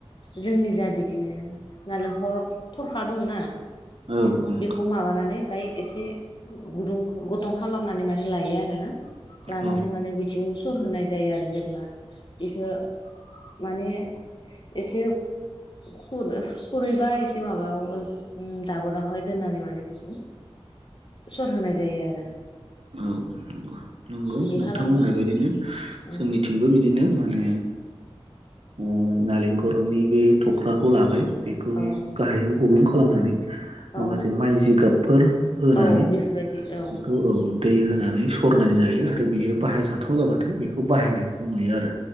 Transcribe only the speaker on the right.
औ औ नंगौ
औ
औ नंगौ नंगौ
नोंथां
होननाय बायदिनो
जोंनिथिंबो बिद बिदिनो माने ओ नालेंखरनि बे थख्राखौ लाबाय बेखौ
गाहायाव गब्लं खालामनानै
माखासे माइ जिगाब फोर होनानै
बेखौ औ दै होनानै सरनाय जायो आरो बियो बाहायजाथाव जाबाथाय बेखौ बाहायनायखौ नुयो आरो